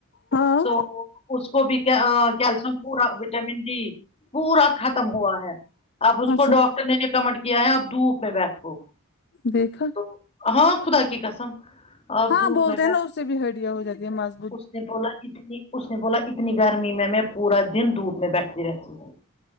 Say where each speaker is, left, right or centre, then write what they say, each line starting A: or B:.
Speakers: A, on the left; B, on the left.
A: ہاں
B: تو اس کو بھی کیلشیم پورا وٹامن ڈی پورا ختم ہوا ہے اب اس
A: اچھا
B: کو ڈاکٹر نے ریکمنڈ کیا ہے اب دھوپ میں بیٹھو
A: دیکھا
B: تو ہاں خدا کی قسم آپ
A: ہاں
B: دھوپ
A: بولتے
B: میں بیٹھ
A: ہیں نا اس سے بھی ہڈیاں ہو جاتی ہے مض
B: اس نے بولا اتنی اس نے بولا اتنی گرمی میں میں پورا دن دھوپ میں بیٹھتی رہتی